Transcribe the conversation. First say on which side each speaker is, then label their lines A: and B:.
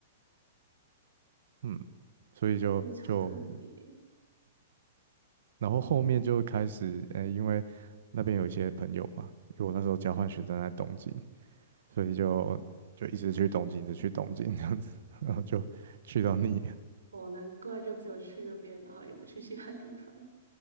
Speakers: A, on the right; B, on the right.
A: 嗯，所以就就
B: 非常特别
A: 然后后面就开始，呃、因为那边有一些朋友嘛，因为我那时候交换学生在东京，所以就就一直去东京，一直去东京这样子，<laughs> 然后就去到腻了。
B: 哦，难怪就只有去那边，然后也不去其他地方。